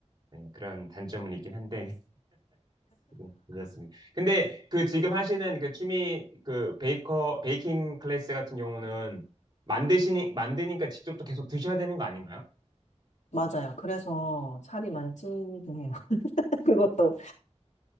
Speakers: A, on the right; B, on the left.
A: 예, 그런 단점은 있긴 한데 네, 그렇습니다. 근데 그 지금 하시는 그 취미 그 베이커 베이킹 클래스 같은 경우는 만드시니 만드니까 직접 또 계속 드셔야 되는 거 아닌가요?
B: 맞아요. 그래서 살이 많이 찌긴 해요. <laughs> 그것도